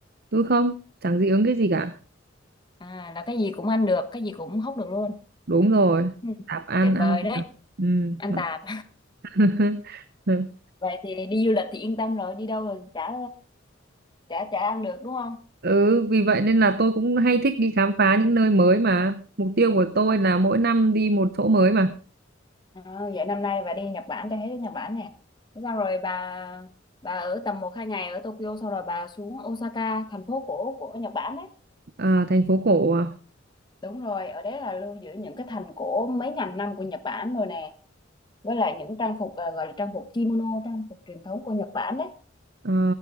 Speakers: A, on the right; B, on the left.
A: Tôi không, chẳng dị ứng cái gì cả.
B: à là cái gì cũng ăn được cái gì cũng hóc được luôn
A: đúng rồi
B: ừ.
A: tạp ăn
B: tuyệt
A: ăn
B: vời đấy
A: tạp ừ.
B: ăn
A: mà-
B: Tài
A: <laughs>
B: vậy thì đi du lịch thì yên tâm rồi đi đâu rồi chả chả chả ăn được đúng không
A: ừ vì vậy nên là tôi cũng hay thích đi khám phá những nơi mới mà mục tiêu của tôi là mỗi năm đi một chỗ mới mà
B: Ờ, vậy năm nay bà đi Nhật Bản cho hết Nhật Bản nè Thế xong rồi bà bà ở tầm một hai ngày ở Tokyo xong rồi bà xuống Osaka thành phố cổ của Nhật Bản đấy
A: à, thành phố cổ à?
B: đúng rồi ở đấy là lưu giữ những cái thành cổ mấy ngàn năm của Nhật Bản rồi nè với lại những trang phục ờ, gọi là trang phục kimono trang phục truyền thống của Nhật Bản đấy
A: Ờ,